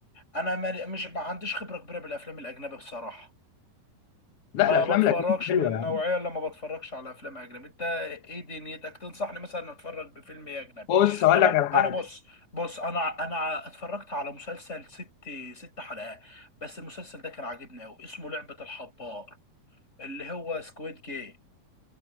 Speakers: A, on the left; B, on the left.
A: انا ما- مش ما عنديش خبرة كبيرة بالافلام الاجنبي بصراحة
B: لا
A: ما
B: الافلام
A: بتفرجش
B: الاجنبيه حلوه
A: من النوعية
B: يعني
A: اللي ما بتفرجش على افلام اجنبي انت ايه دنيتك تنصحني مثلا اتفرج بفيلم إيه اجنبي
B: بص اقول
A: انا
B: لك على حاجه
A: انا بص بص انا انا اتفرجت على مسلسل ست ست حلقات بس المسلسل ده كان عاجبني قوي اسمه لعبة الحبار اللي هو سكويد جيم